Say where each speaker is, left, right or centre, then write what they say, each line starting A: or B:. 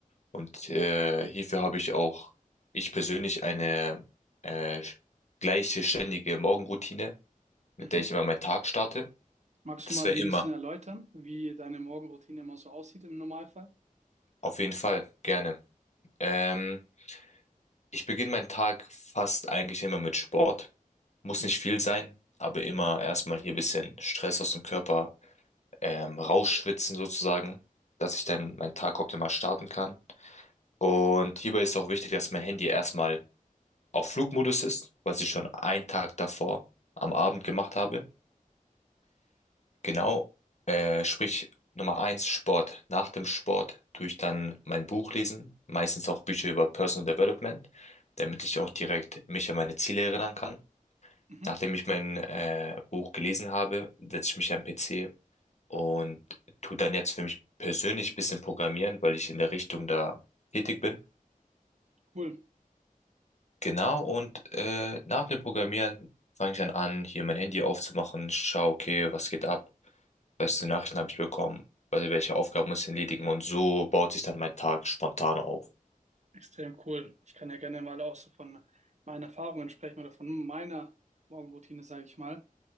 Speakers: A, on the left; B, on the right.
A: Und äh, hierfür habe ich auch, ich persönlich, eine äh, gleiche ständige Morgenroutine, mit
B: Mhm.
A: der ich immer meinen Tag starte.
B: Magst
A: Das
B: du mal
A: wäre
B: die
A: immer.
B: ein bisschen erläutern, wie deine Morgenroutine immer so aussieht im Normalfall?
A: Auf jeden Fall, gerne. Ähm, Ich beginne meinen Tag fast eigentlich immer mit Sport. Muss
B: Mhm.
A: nicht viel sein, aber immer erstmal hier ein bisschen Stress aus dem Körper ähm, rausschwitzen sozusagen, dass ich dann meinen Tag optimal starten kann. Und hierbei ist auch wichtig, dass mein Handy erstmal auf Flugmodus ist, was ich schon einen Tag davor am Abend gemacht habe. Genau, äh, sprich Nummer eins, Sport. Nach dem Sport tue ich dann mein Buch lesen, meistens auch Bücher über Personal Development, damit ich auch direkt mich an meine Ziele erinnern kann.
B: Mhm.
A: Nachdem ich mein äh, Buch gelesen habe, setze ich mich am PC und tu dann jetzt für mich persönlich ein bisschen programmieren, weil ich in der Richtung da tätig bin.
B: Cool.
A: Genau, und äh, nach dem Programmieren fange ich dann an, hier mein Handy aufzumachen, schaue, okay, was geht ab, welche Nachrichten habe ich bekommen, also welche Aufgaben muss ich erledigen und so baut sich dann mein Tag spontan auf.
B: Extrem cool. Ich kann ja gerne mal auch so von meinen Erfahrungen sprechen oder von meiner Morgenroutine, sage ich mal.